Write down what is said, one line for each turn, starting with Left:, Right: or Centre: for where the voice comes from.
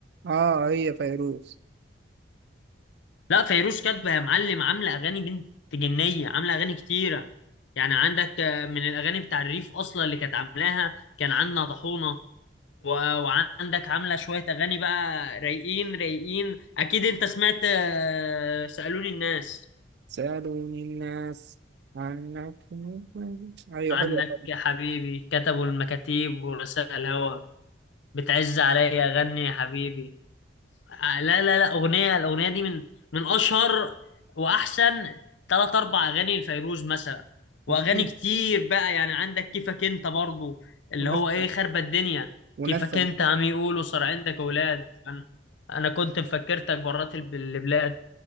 Right: اه هي فيروز
Left: لا فيروز كاتبة يا معلم عاملة أغاني بنت جنية عاملة أغاني كتيرة يعني عندك آه، من الأغاني بتاع الريف أصلا اللي كانت عاملاها كان عندنا طحونة و- وعندك عاملة شوية أغاني بقى رايقين رايقين أكيد أنت سمعت آه، سألوني الناس
Right: سألوني الناس عنكم ايوه
Left: عنك
Right: حلوة طبعا
Left: يا حبيبي كتبوا المكاتيب ورسائل الهوى بتعز عليا أغني يا حبيبي آه، لا لا لا اغنيه الاغنيه دي من من اشهر واحسن ثلاث اربع اغاني لفيروز مثلا
Right: وفي
Left: واغاني كتير بقى يعني عندك كيفك انت برضو اللي
Right: ونسم
Left: هو ايه خربة الدنيا
Right: ونسم
Left: كيفك انت عم يقولوا صار عندك اولاد انا انا كنت مفكرتك برات الب- البلاد